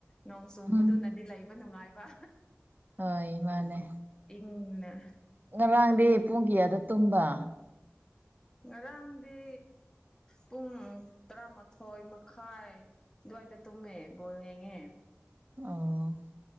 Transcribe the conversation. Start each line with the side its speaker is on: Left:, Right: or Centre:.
Left: ꯅꯣꯡ ꯆꯨꯕꯗꯨꯅꯗꯤ
Right: ꯎꯝ
Left: ꯂꯩꯕ ꯅꯨꯡꯉꯥꯏꯕ
Right: ꯍꯣꯏ ꯃꯥꯅꯦ
Left: ꯏꯪꯅ
Right: ꯉ ꯉꯔꯥꯡ ꯗꯤ ꯄꯨꯡ ꯀ꯭ꯌꯥꯗ ꯇꯨꯝꯕ
Left: ꯉꯔꯥꯡꯗꯤ ꯄꯨꯡ ꯇꯔꯥꯃꯥꯊꯣꯏ ꯃꯈꯥꯏ ꯗ꯭ꯋꯥꯏꯗ ꯇꯨꯝꯃꯦ ꯕꯣꯜ ꯌꯦꯡꯉꯦ
Right: ꯑꯣ